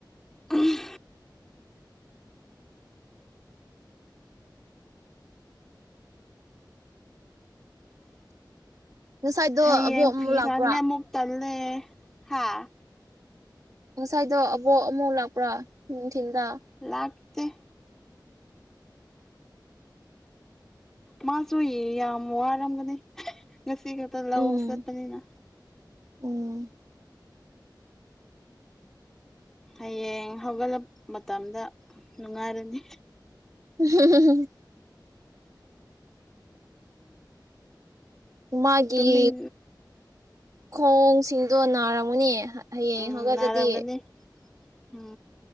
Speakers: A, in the centre; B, on the right (about 45°).
A: ꯎꯝ
B: ꯉꯁꯥꯏꯗꯣ
A: ꯍꯌꯦꯡ
B: ꯑꯕꯣꯛ ꯑꯃꯨꯛ
A: ꯐꯤ
B: ꯂꯥꯛꯄ꯭ꯔꯥ
A: ꯁꯅꯤꯉꯥꯢ ꯑꯃꯨꯛ ꯇꯜꯂꯦ ꯍꯥꯥ
B: ꯉꯁꯥꯢꯗꯣ ꯑꯕꯣꯛ ꯑꯃꯨ ꯂꯥꯛꯄ꯭ꯔꯥ ꯅꯨꯡꯊꯤꯟꯗ
A: ꯂꯥꯛꯇꯦ ꯃꯥꯁꯨꯨ ꯌꯥꯝ ꯋꯥꯔꯝꯒꯅꯤ ꯉꯁꯤ ꯈꯛꯇ ꯂꯧ
B: ꯎꯝ
A: ꯆꯠꯄꯅꯤꯅ
B: ꯎꯝ
A: ꯍꯌꯦꯡ ꯍꯧꯒꯠꯂꯞ ꯃꯇꯝꯗ ꯅꯨꯡꯉꯥꯢꯔꯅꯤ
B: <unintelligible> ꯃꯥꯒꯤ
A: ꯇꯨꯝꯅꯤꯡ
B: ꯈꯣꯡꯁꯤꯡꯗꯣ ꯅꯥꯔꯝꯒꯅꯤ ꯍꯌꯦꯡ
A: ꯎꯝ
B: ꯍꯧꯒꯠꯂꯗꯤ
A: ꯅꯥꯔꯝꯒꯅꯤ ꯎꯝ